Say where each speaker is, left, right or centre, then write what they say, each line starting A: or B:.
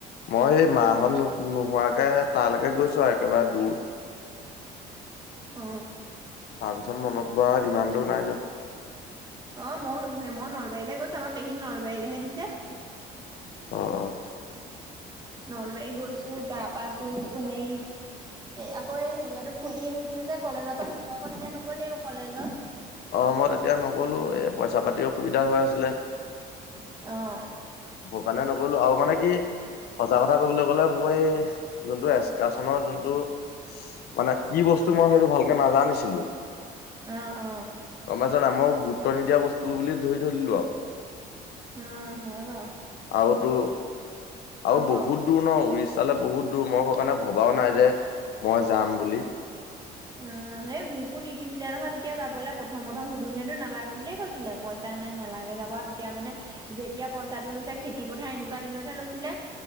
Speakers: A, on the left; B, on the right.
A: মই এই মাহত নোহোৱাকে তালৈকে গৈছো আৰু একেবাৰে দূৰ-
B: অ
A: তাৰ পিছত মনত পৰা ইমান দূৰ নাই যোৱা।
B: অ মই মই নলবাৰীলৈ গৈছো আমাৰ পেহীক নলবাৰীলৈহে দিছে।
A: অঁ অঁ
B: নলবাৰী গৈছো তাৰ পৰা তোৰ হেৰি এই আকৌ এই হেৰিয়তো ফুৰি আহিছিলো যে কলেজৰ পৰা ত আগত এতিয়া নগ'লি কলেজৰ-
A: অ মই তেতিয়া নগ'লো এই পইচা পাতি অসুবিধা হৈ আছিলে।
B: আহ
A: কাৰনে নগ'লো আৰু মানে কি- সঁচা কথা ক'বলৈ গলে মই যোনটো এক্সকাচনৰ যোনটো মানে কি বস্তু মই সেইটো ভালকে নাজানিছিলোৱে
B: অ অ
A: গম পাই চ নাই মই গুৰুত্ব নিদিয়া বস্তু বুলি ধৰি থৈ দিলো। আৰু
B: অ হয় বাওঁ
A: আৰুতো আৰু বহুত
B: ক
A: দূৰ ন উৰিষা ফালে বহুত দূৰ মই সেই কাৰণে ভবাও নাই যে মই যাম বুলি।
B: অ হেই মোকো নিদিছিলে নহয় তেতিয়া যাবলৈ প্ৰথম প্ৰথম সুধোতে নালাগে বুলিয়ে কৈছিলে। পইচা নাই নালাগে যাবা তেতিয়া মানে যেতিয়া পইচাটো লৈছে খেতি পথাৰ এনেকুৱা দিনতহে লৈছিলে।